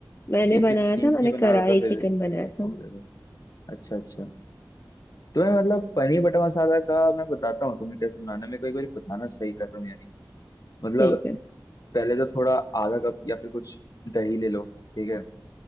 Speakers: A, on the left; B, on the left.
A: मैंने
B: क्योंकि
A: बनाया
B: ठीक
A: था मैंने
B: ही बना
A: कढ़ाई
B: रहा था फिर
A: चिकन बनाया था
B: हो गया था। अच्छा अच्छा तो मैं मतलब पनीर बटर मसाला का मैं बताता हूँ तुम्हें कैसे बनाना है। मेरे को एक बार बताना सही कर रहा हूँ यानी मतलब
A: ठीक है
B: पहले तो थोड़ा आधा कप या फिर कुछ दही ले लो ठीक है